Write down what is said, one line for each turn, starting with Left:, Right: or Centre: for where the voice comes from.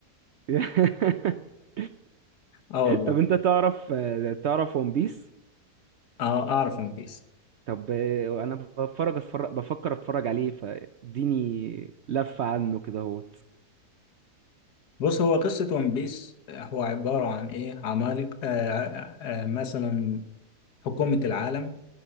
Right: <laughs>
Left: آه والله
Right: طب انت تعرف تعرف ون بيس
Left: آه أعرف ون بيس
Right: طب آه، انا بفرج اتفرج بفكر اتفرج عليه فاديني لفة عنه كده اهوت
Left: بص هو قصة ون بيس هو عبارة عن إيه عمالقة آه آه آه مثلا حكومة العالم